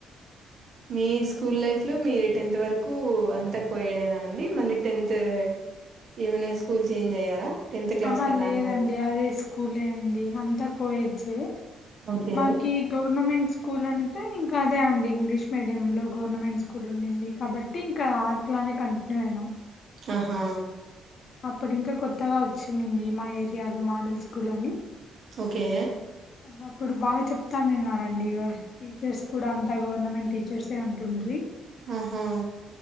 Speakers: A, on the right; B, on the left.
A: మీ స్కూల్ లైఫ్ లో మీరు టెన్త్ వరుకూ అంత కో ఏడేనా అండి మళ్ళీ టెన్త్ ఏమైనా స్కూల్ చేంజ్ అయ్యారా టెన్త్ క్లాస్
B: అహా
A: కదా
B: లేదండి
A: అని చెప్పి
B: అదే స్కూలే అండి అంతా కోయేడ్జే
A: ఓకే
B: మాకీ గవర్నమెంట్ స్కూల్ అంటే ఇంకా అదే అండి ఇంగ్లీష్ మీడియయం లో గవర్నమెంట్ స్కూల్ ఉండింది కాబట్టి ఇంకా అట్లానే కంటిన్యూ అయినాం
A: అహా
B: అప్పుడింక కొత్తగా వచ్చిండింది మా ఏరియాలో మాడల్ స్కూల్ అని
A: కే
B: ఇగ అప్పుడు బాగా చెప్తానిన్నారండి టీచర్స్ కూడా అం అంత గవర్నమెంట్ టీచర్సే ఉంటుండ్రి
A: ఆహా